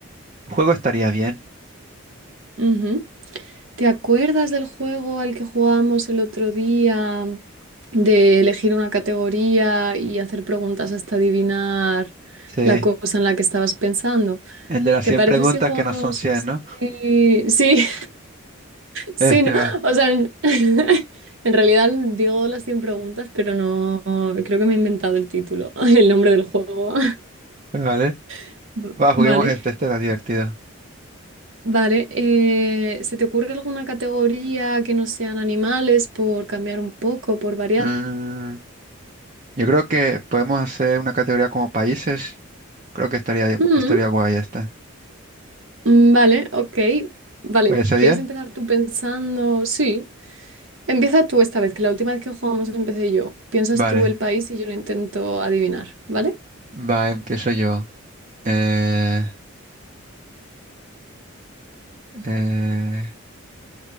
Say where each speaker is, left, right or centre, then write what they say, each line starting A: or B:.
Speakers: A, on the right; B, on the right.
A: Un juego estaría bien.
B: Ujú. ¿Te acuerdas del juego al que jugamos el otro día de elegir una categoría y hacer preguntas hasta adivinar
A: Sí,
B: la cosa en la que estabas pensando?
A: el de las
B: ¿Te
A: cien
B: parece
A: preguntas
B: si jugamos?
A: que no son 100, ¿no?
B: Sí, sí, Sí,
A: Este
B: no,
A: va,
B: o sea, en, <laughs> en realidad digo las 100 preguntas, pero no, creo que me he inventado el título, <laughs> el nombre del juego.
A: vale.
B: <laughs> V-
A: Va, juguemos
B: Vale,
A: este, este era divertido.
B: vale. eh, ¿se te ocurre alguna categoría que no sean animales por cambiar un poco, por variar?
A: Mm, yo creo que podemos hacer una categoría como países. Creo que estaría, di-
B: Mm,
A: estaría guay esta.
B: mm, vale, ok. Vale,
A: ¿Parece
B: ¿quieres
A: bien?
B: empezar tú pensando? Sí. Empieza tú esta vez, que la última vez que jugamos empecé yo. Piensas
A: Vale,
B: tú el país y yo lo intento adivinar, ¿vale?
A: va, empiezo yo. Eh, eh,